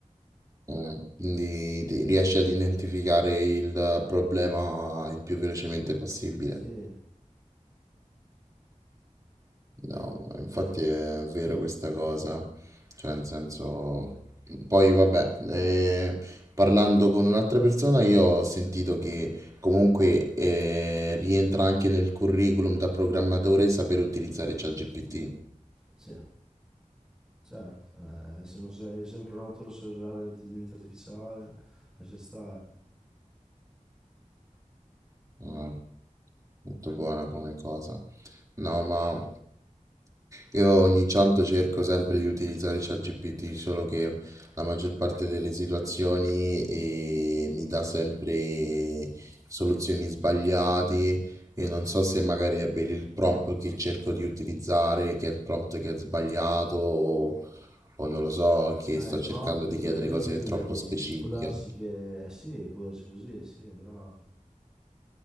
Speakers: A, on the right (about 25°); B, in the centre.
A: Mm, Quindi ri- riesci ad identificare il problema il più velocemente possibile.
B: Sì,
A: No, infatti è vero questa cosa. Cioè, nel senso... Poi vabbè, eh, parlando con un'altra persona io ho sentito che comunque eh, rientra anche nel curriculum da programmatore saper utilizzare ChatGPT.
B: sì, certo. Eh, se non sei, se un programmatore non sa usare l'intelligenza artificiale, lascia stare.
A: Mm, molto buona come cosa. No, ma io ogni tanto cerco sempre di utilizzare ChatGPT, solo che la maggior parte delle situazioni eh, mi dà sempre soluzioni sbagliate e non so se magari è per il prompt che cerco di utilizzare, che è il prompt che è sbagliato o, o non lo so, che
B: Eh,
A: sto
B: i prompt,
A: cercando di
B: quelli
A: chiedere
B: lì,
A: cose troppo specifiche.
B: può darsi che... Eh sì, può darsi così, sì, bravo.